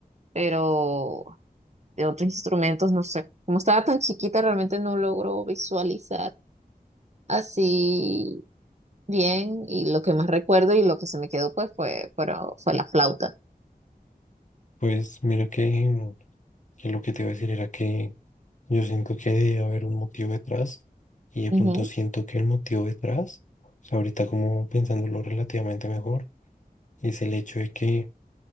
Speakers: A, on the right; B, on the left.
A: pero de otros instrumentos, no sé. Como estaba tan chiquita, realmente no logro visualizar así bien y lo que más recuerdo y lo que se me quedó pues fue, fueron- fue la flauta.
B: Pues mira que, mm, que lo que te iba a decir era que yo siento que debe haber un motivo detrás y de pronto
A: Ujú,
B: siento que el motivo detrás, o sea, ahorita como pensándolo relativamente mejor, es el hecho de que